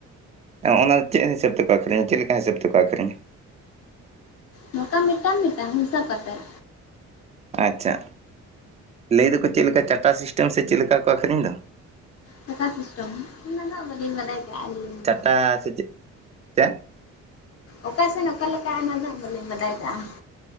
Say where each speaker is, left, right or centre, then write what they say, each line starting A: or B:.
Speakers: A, on the right; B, on the left.
A: ᱚᱱᱟ ᱪᱮᱫ ᱦᱤᱥᱟᱹᱵ ᱛᱮᱠᱚ ᱟᱹᱠᱷᱨᱤᱧᱟ? ᱪᱮᱫ ᱞᱮᱠᱟ ᱦᱤᱥᱟᱹᱵ ᱛᱮᱠᱚ ᱟᱠᱷᱨᱤᱧᱟ?
B: ᱱᱚᱝᱠᱟ ᱢᱤᱫᱴᱟᱝ ᱢᱤᱫᱴᱟᱝ ᱦᱤᱥᱟᱹᱵ ᱠᱟᱛᱮᱫ᱾
A: ᱟᱪᱪᱷᱟ ᱞᱟᱹᱭ ᱫᱚᱠᱚ ᱪᱮᱫ ᱞᱮᱠᱟ ᱪᱟᱴᱟ ᱥᱤᱥᱴᱮᱢ ᱥᱮ ᱪᱮᱫ ᱞᱮᱠᱟ ᱠᱚ ᱟᱠᱷᱨᱤᱧ ᱫᱚ
B: ᱪᱟᱠᱟ ᱥᱤᱥᱴᱮᱢ ᱚᱱᱟᱫᱚ ᱦᱟᱜ ᱵᱟᱹᱞᱤᱧ ᱵᱟᱰᱟᱭ ᱠᱟᱜ-ᱟ ᱟᱹᱞᱤᱧ᱾
A: ᱪᱟᱴᱟ
B: ᱫᱚ
A: ᱥᱮ ᱪᱤᱫ ᱪᱮᱫ?
B: ᱚᱠᱟ ᱥᱮᱱ ᱚᱠᱟ ᱞᱮᱠᱟ ᱚᱱᱟ ᱫᱚᱦᱟᱜ ᱵᱟᱹᱞᱤᱧ ᱵᱟᱰᱟᱭ ᱠᱟᱜᱼᱟ᱾